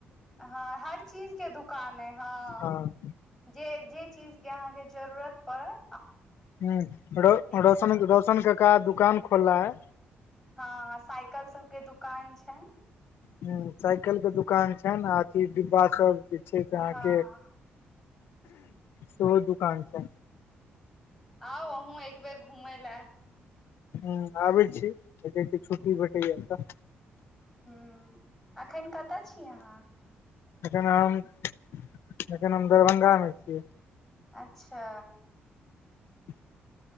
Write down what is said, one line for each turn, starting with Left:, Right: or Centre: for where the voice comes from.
Centre: हाँ हर चीज के दु कान ए, हाँ
Left: हँ
Centre: जे जे चीज के अहाँ के जरूरत पड़ल
Left: ह्म्म रौ
Centre: सामान
Left: रौशन रौशन के का दु कान खोलला हय।
Centre: हाँ हाँ सायकल सबके दु कान छैन।
Left: ह्म्म सायकल के दुकान छैन आ अथी डिब्बा सब के छै से अहाँ
Centre: हँ
Left: के सोहो दुकान छैन।
Centre: आउ अहूँ एक बेर घुमै लए।
Left: ह आबै छी। देखै छी छुट्टी
Centre: ह
Left: भेटैया तऽ
Centre: ह एखन कतय छीयै अहाँ?
Left: एखन हम एखन हम दरभंगामे छीयै।
Centre: अच्छा।
Left: ह